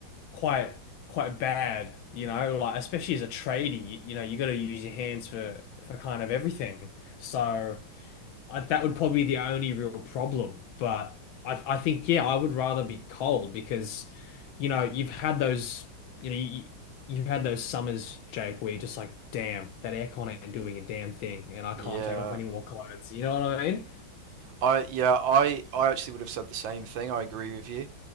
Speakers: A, on the left; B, on the right.
A: quite quite bad, you know, like especially as a tradie, you, you know, you got to use your hands for for kind of everything. So I, that would probably be the only real problem. But I I think yeah, I would rather be cold because, you know, you've had those, you know, you, you've had those summers, Jake, where you're just like, damn, that aircon ain't doing a damn thing, and I can't
B: Yeah.
A: take off any more clothes. You know what I mean?
B: I yeah, I I actually would have said the same thing. I agree with you